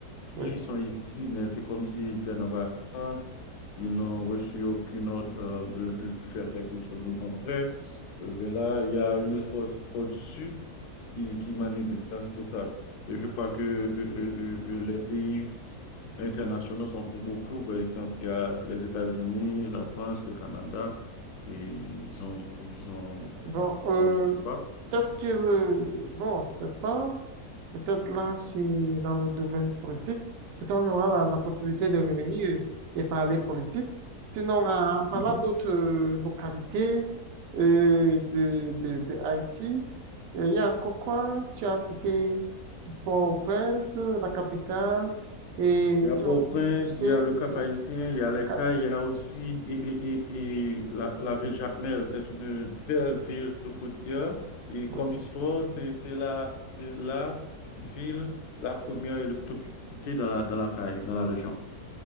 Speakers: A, on the left; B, on the right.
A: qui
B: oui.
A: sont ici, mais c'est comme s'ils viennent en vacances. Ils n'ont reçu aucune ordre euh, de, de faire quelque chose de concret. Euh, ben là, il y a une force au-dessus qui, qui manipule tout ça. Et je crois que euh, euh, euh, euh, les pays internationaux sont pour beaucoup. Par exemple, il y a les États-Unis, la France, le Canada, et ils ont, ils ont,
B: Bon, euh,
A: bon, je sais pas.
B: qu'est-ce que le... Bon, c'est pas... Peut-être là, si dans le domaine politique, peut-être on aura la, la possibilité de revenir et, et parler politique. Sinon, en en parlant
A: Mhm.
B: d'autres euh, localités euh, de, de, de Haïti, euh, il y a encore quoi? Tu as cité Port-au-Prince, la capitale, et
A: Il y a Port-au-Prince,
B: tu as aussi cité
A: il y a le Cap-Haïtien,
B: la...
A: il y a les
B: ca-
A: Cayes, il y a aussi et, et, et, et la, la ville Jacmel. C'est une belle ville côtière. Et
B: oui,
A: comme histoire, c'est c'est la, c'est la ville la première électrocutée dans la, dans la Caraïbe, dans la région.